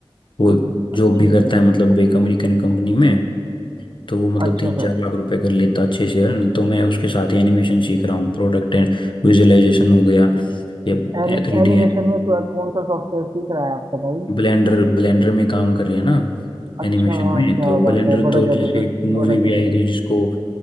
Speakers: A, on the left; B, on the right.
A: वो जॉब
B: अ- ठीक
A: भी करता
B: है
A: है
B: जी
A: मतलब एक अमेरिकन कंपनी में तो वो मतलब
B: अच्छा
A: तीन चार
B: सर
A: लाख रुपए कर लेता है अच्छे से earn। तो मैं उसके साथ ही एनिमेशन सीख रहा हूँ प्रोडक्ट एंड विजुअलाइजेशन हो गया
B: ठीक
A: या
B: है एनि,
A: थ्री डी
B: एनिमेशन में तो कौन सा सॉफ्टवेयर सीख रहा है आपका भाई
A: ब्लेंडर ब्लेंडर में काम कर रही है ना
B: अच्छा
A: एनिमेशन में
B: क्या
A: तो ब्लेंडर
B: बात है बड़ा
A: तो
B: जबरदस्त
A: जैसे एक मूवी
B: बड़ा जबरदस्त
A: भी आई थी जिसको